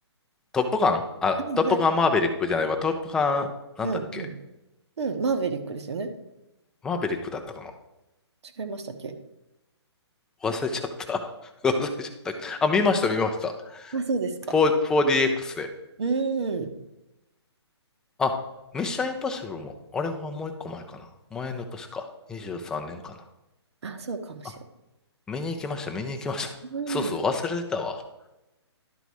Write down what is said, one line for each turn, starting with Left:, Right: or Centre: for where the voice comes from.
Centre: トップガンあ、
Right: はいはい。
Centre: トップガンマーベリックじゃないわ。トップガン、なんだっけ
Right: うんうん。うん。マーヴェリックですよね。
Centre: マーベリックだったかな
Right: 違いましたっけ
Centre: 忘れちゃった。<laughs> 忘れちゃった。あ、見ました、見ました。4、
Right: あ、そうですか。
Centre: 4DX で。
Right: うん。
Centre: あ、ミッションインポッシブルも、あれはもう一個前かな。前の年か。23年かな。
Right: あ、そうかもしれな
Centre: あ、見に行きました、見に行きました。
Right: い。うん。
Centre: <laughs> そうそう、忘れてたわ。